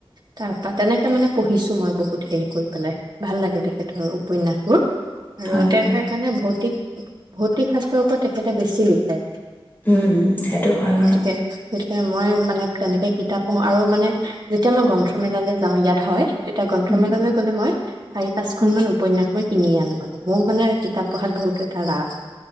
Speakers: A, on the right (about 45°); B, on the left (about 20°).
A: তাৰ পৰা তেনেকে মানে পঢ়িছো মই বহুত হেৰি কৰি পেলাই ভাল লাগে তেখেতৰ উপন্যাসবোৰ। আৰু
B: হয়,
A: তেওঁল
B: হয়,
A: সেইকাৰণে ভৌতিক অ'। ভৌতিক শাস্ত্ৰৰ ওপৰত তেখেতে বেছি লিখে।
B: উম, সেইটো হয় বাৰু।
A: গতিকে গতিকে মই মানে তেনেকে কিতাপ পঢ়ো আৰু মানে যেতিয়া মই গ্ৰন্থমেলালৈ যাওঁ ইয়াত হয় তেতিয়া গ্ৰন্থমেলালৈ
B: উম,
A: গ'লে মই চাৰি পাঁচখন
B: উম,
A: মান উপন্যাস মই কিনি আনো মানে মোৰ মানে কিতাপ পঢ়াত বহুত এটা ৰাভ